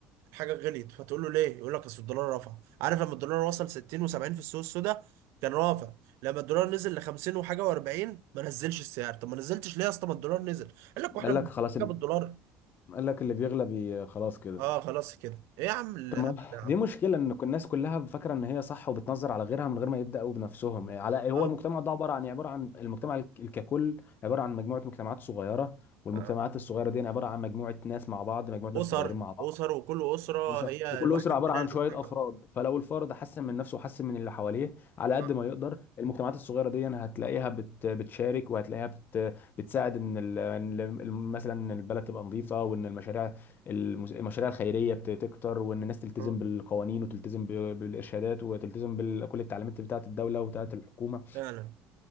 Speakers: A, on the right; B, on the left.
A: الحاجه غليت فتقول له ليه يقول لك اصل الدولار رفع عارف لما الدولار وصل 60 و70 في السوق السوداء كان رافع لما الدولار نزل ل 50 وحاجه و40 ما نزلش السعر طب ما نزلتش ليه يا اسطى ما الدولار نزل قال لك واحنا
B: قال
A: بنجيب
B: لك خلاص ال-
A: حاجه بالدولار
B: قال لك اللي بيغلب ي- خلاص كده
A: اه خلاص كده ايه يا عم الهبل
B: تمام
A: ده يا عم
B: دي مشكله ان كل- الناس كلها فاكره ان هي صح وبتنظر على غيرها من غير ما يبداوا بنفسهم إيه، على إيه، هو
A: اه
B: المجتمع ده عباره عن عباره عن المجتمع الك- ككل عباره عن مجموعه مجتمعات صغيره والمجتمعات
A: آه.
B: الصغيره دي يعني عباره عن مجموعه ناس مع بعض مجموعه ناس
A: اسر
B: صغيرين مع بعض
A: اسر وكل اسره
B: أسر.
A: هي
B: وكل
A: الوحده
B: أسرة عبارة
A: بناء
B: عن
A: المجتمع
B: شوية أفراد فلو الفرد حسن من نفسه وحسن من اللي حواليه على
A: اه
B: قد ما يقدر المجتمعات الصغيرة دي هتلاقيها بت بتشارك وهتلاقيها بت بتساعد إن ال- إن ال- مثلا إن البلد تبقى نظيفة وإن المشاريع المز- المشاريع الخيرية بت- تكتر وإن الناس تلتزم
A: آه.
B: بالقوانين وتلتزم ب- بالإرشادات وتلتزم بكل التعليمات بتاعة الدولة وبتاعة الحكومة
A: فعلا